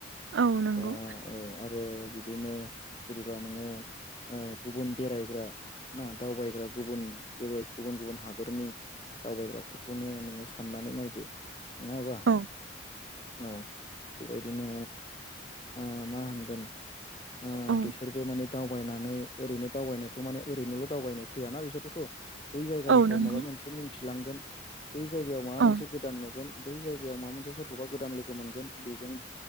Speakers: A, on the right; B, on the left.
A: औ नंगौ
B: दा औ आरो बिदिनो जेनेबा नोङो ओ गुबुन बेरायग्रा ना दावबायग्रा गुबुन गुबुन गुबुन हादरनि दावबायग्राफोरखौनो नोङो साननानै नायदो नङा होमबा?
A: औ
B: औ बेबायदिनो ओ मा होनगोन ओ
A: औ
B: बिसोरबो माने दावबायनानै ओरैनो दावबायनायखौ माने ओरैनोल' दावबायनो फैयाना बिसोरबोथ' बै जायगानिफ्राय
A: औ नंगौ
B: माबा मोनसे मिथि लांगोन बै जायगायाव माबा
A: औ
B: मोनसे गोदान नुगोन बै जायगायाव माबा मोनसे सोरखौबा गोदान लोगो मोनगोन बेजों